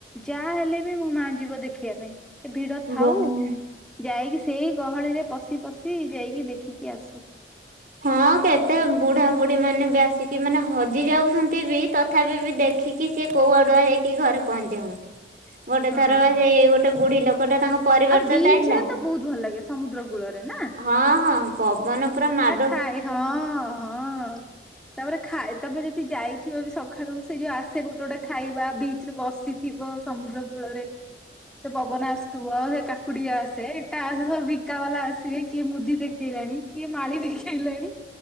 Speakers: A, in the centre; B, on the right.
A: ଯାହା ହେଲେ ବି ମୋ ମା ଯିବ ଦେଖିବା ପାଇଁ ହେ ଭିଡ଼ ଥାଉ
B: ବହୁ
A: ଯାଇକି ସେଇ ଗହଳିରେ ପଶି ପଶି ଯାଇକି ଦେଖିକି ଆସୁ।
B: ହଁ କେତେ ବୁଢ଼ାବୁଢ଼ୀମାନେ ବି ଆସିକି ମାନେ ହଜି ଯାଉଛନ୍ତି ବି ତ ଥାପି ବିି ଦେଖିକି ସିଏ କେଉ ଆଡ଼ୁଆ ହେଇକି ଘରେ ପହଞ୍ଚାଉ ଗୋଟେ
A: ହଁ
B: ଥର ବା ସେଇ ଗୋଟେ ବୁଢ଼ୀ ଲୋକଟା ତାଙ୍କ ପରିବାର
A: ଆଉ
B: ସହିତ
A: ବିଚ୍
B: ଆଇଥିଲା।
A: ରେ ତ ବହୁତ ଭଲ ଲାଗେ ସମୁଦ୍ର କୂଳରେ, ନାଁ?
B: ହଁ ହଁ ପବନ ପୁରା ମା
A: ଖାଇ ହଁ ହଁ। ତାପରେ ଖା ତାପରେ ଯଦି ଯାଇଥିବ ବି ସଖାଳୁ ସେ ଯୋଉ ଆସେ ଗୋଟେ ଗୋଟେ ଖାଇବା ବିଚ୍ ରେ ବସି ଥିବ ସମୁଦ୍ର କୂଳରେ। ସେ ପବନ ଆସଥୁବ ସେ କାକୁଡ଼ି ଆସେ ଏଟା ଆସେ ସବୁ ଭିକା ବାଲା ଆସିବେ କିଏ ମୁଦି ଦେଖ୍ ହିରାଣି କିଏ ମାଳି ଦେଖେଇଲାଣି।